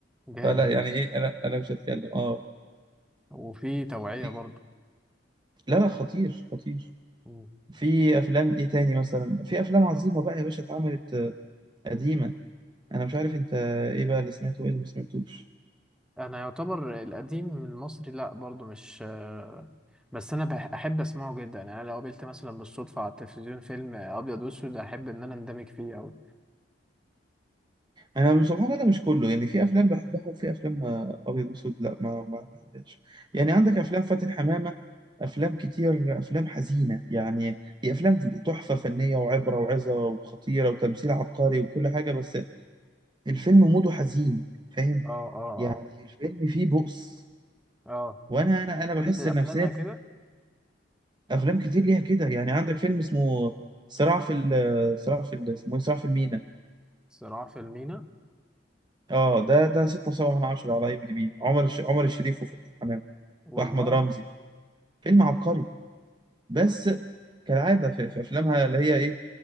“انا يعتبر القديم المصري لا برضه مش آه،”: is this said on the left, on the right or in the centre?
Centre